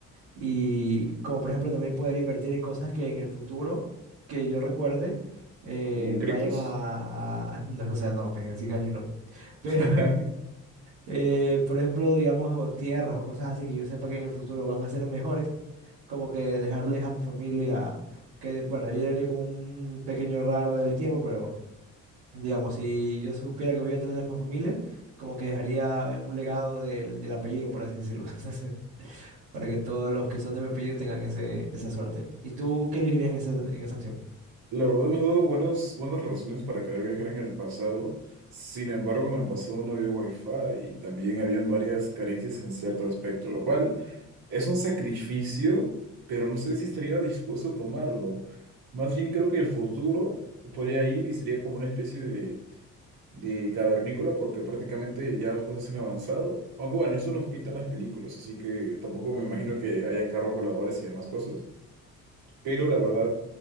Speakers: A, on the right (about 90°); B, on the right (about 75°).
A: y como por ejemplo también poder invertir en cosas que en el futuro, que yo recuerde, eh,
B: como en Criptos.
A: vayan a, a- <laughs> No, o sea, no, pues en 100 años no. Pero
B: <laughs>
A: eh, por ejemplo, digamos, o tierras o cosas así que yo sepa que en el futuro van a ser mejores, como que dejarles a mi familia, que bueno, yo haría como un pequeño raro del tiempo, pero digamos, si yo supiera que voy a tener la misma familia, como que dejaría eh, un legado del, del apellido, por así decirlo, <laughs> entonces, para que todos los que son de mi apellido tengan ese, esa suerte. ¿Y tú qué elegirías en esa, en esa opción?
B: La verdad hemos dado buenas, buenas razones para querer viajar en el pasado. Sin embargo, en el pasado no había wifi y también habían varias carencias en cierto aspecto, lo cual es un sacrificio, pero no sé si estaría dispuesto a tomarlo. Más bien creo que el futuro podría ir y sería como una especie de de cavernícola porque prácticamente ya las cosas han avanzado. Aunque bueno, eso nos pintan las películas, así que tampoco me imagino que hayan carros voladores y demás cosas. Pero la verdad,